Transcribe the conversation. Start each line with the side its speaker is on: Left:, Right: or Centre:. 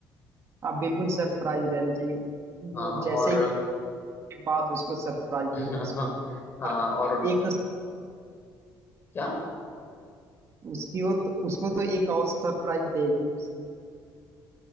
Right: आप बिल्कुल सरप्राइज रहनी चाहिए वो
Left: हाँ
Right: जैसे
Left: और
Right: ही के बाद उसको सरप्राइज
Left: <laughs>
Right: देंगे उसको
Left: हाँ
Right: और
Left: और
Right: एक तो
Left: क्या
Right: उसकी वो तो उसको तो एक और सरप्राइज देगी उसकी